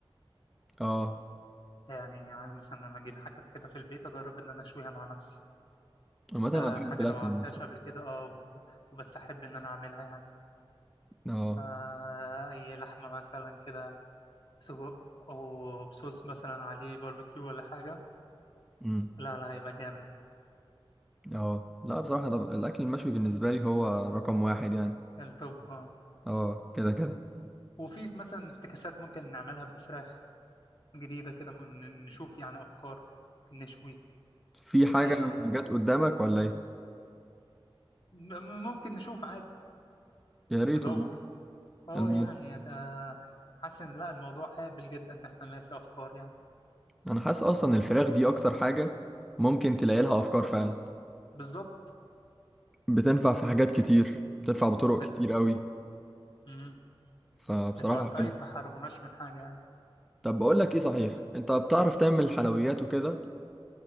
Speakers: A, in the centre; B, on the left (about 55°).
A: اه
B: يعني عايز مثلا انا اجيب حاجات كده في البيت اجرب ان انا اشويها مع نفسي
A: عامة
B: كده
A: أنا بحب
B: حاجة
A: الأكل
B: انا ما عملتهاش
A: المشوي
B: قبل كده اه بس وبس احب ان انا اعملها يعني
A: اه
B: آه اي لحمة مثلا كده سجق وبصوص مثلا عليه باربيكيو ولا حاجة
A: امم
B: لا لا هيبقى جامد
A: اه لا بصراحة أنا ب- الأكل المشوي بالنسبة لي هو رقم واحد يعني
B: التوب آه.
A: اه كده كده
B: وفي مثلا افتكاسات ممكن نعملها بالفراخ جديدة كده من- نشوف يعني افكار نشوي
A: في حاجة
B: آه
A: حاجات قدامك ولا ايه؟
B: م- ممكن نشوف عادي
A: يا ريت
B: ندور
A: والله
B: اه
A: أنا
B: يعني ده حاسس ان لا الموضوع قابل جدا ان احنا نلاقي فيه افكار يعني
A: أنا حاسس أصلا الفراخ دي أكتر حاجة ممكن تلاقي لها أفكار فعلا
B: بالظبط
A: بتنفع في حاجات كتير بتنفع بطرق
B: بت...
A: كتير قوي
B: مم.
A: فبصراحة
B: بتوع الدايت
A: حلو
B: ما حرموناش من حاجه يعني
A: طب بقول لك ايه صحيح انت بتعرف
B: مم.
A: تعمل حلويات وكده